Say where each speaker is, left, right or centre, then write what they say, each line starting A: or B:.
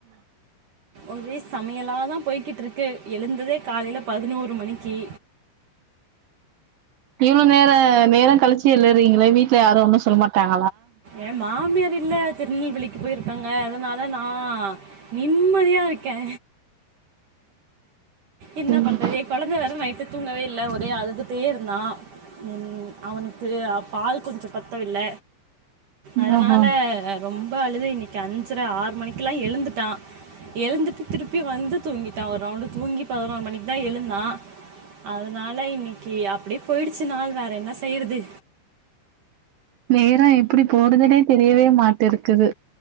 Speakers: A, on the right; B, on the right.
A: ஒரே சமையலாதா போய்கிட்டு இருக்கு எழுந்ததே காலைள பதினோரு மணிக்கி
B: இவ்ளோ நேரா நேர கழிச்சி எழுறீங்களே வீட்ல யாரு ஒன்னு சொல்ல மாட்டாங்
A: எ மாமியார் இல்ல திருநெல்வேலிக் போயிருக்காங்க அதனால நா நிம்மதியா இருக்க என்ன
B: ம்
A: பண்றது குழந்த வேற நைட்டு தூங்கவே இல்ல ஒரே அழுதுட்டே இருந்தா ம் அவனுக்கு அவ் பால் கொஞ்ச பத்தவில்ல அதனால
B: ஆஹா
A: ரொம்ப அழுது இன்னைக் அஞ்சர ஆறு மணிக்கு எல்லா எழுந்துட்டா எழுந்துட்டு திருப்பி வந்து தூங்கிட்டா ஒர் ரவுண்டு தூங்கி பதினோர் மணிக் தா எழுந்தா அதுனால இன்னிக்கு அப்படியே போயிடுச்சு நாள் வேற என்ன செய்றது
B: நேரோ எப்புடி போறதுனே தெரியவே மாட் இருக்குது